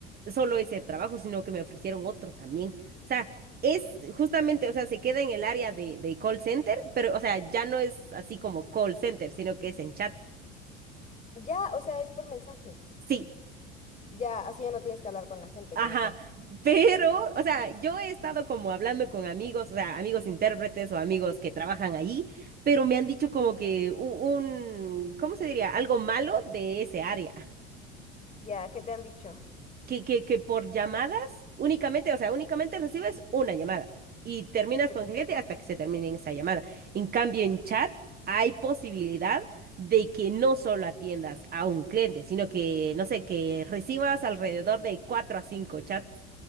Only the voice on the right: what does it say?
solo ese trabajo, sino que me ofrecieron otro también. O sea, es justamente, o sea, se queda en el área de, de call center, pero, o sea, ya no es así como call center, sino que es en chat.
Sí.
Ajá,
pero, o sea, yo he estado como hablando con amigos, o sea, amigos intérpretes o amigos que trabajan allí, pero me han dicho como que u- un, ¿cómo se diría? Algo malo de ese área.
que, que, que por llamadas únicamente, o sea, únicamente recibes una llamada y terminas
con el cliente hasta que se termine esa llamada. En cambio,
en chat hay posibilidad de que no solo atiendas a un cliente, sino que, no sé, que recibas alrededor de 4 a 5 chats